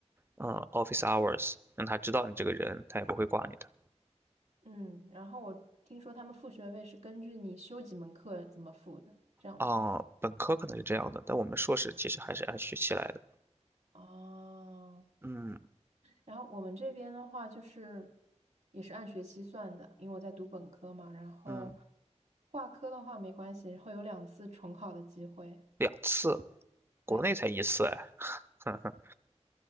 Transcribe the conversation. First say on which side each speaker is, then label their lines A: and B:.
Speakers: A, on the right; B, on the right.
A: 嗯 office hours，让他知道你这个人，他也不会挂你的。
B: 嗯，然后我听说他们付学费是根据你修几门课怎么付的，这样付的。
A: 啊、本科可能是这样的，但我们硕士其实还是按学期来的。
B: 哦，
A: 嗯
B: 然后我们这边的话就是也是按学期算的，因为我在读本科嘛，然后
A: 嗯，
B: 挂科的话没关系，会有两次重考的机会。
A: 两次，国内才一次哎。
B: 对
A: <laughs>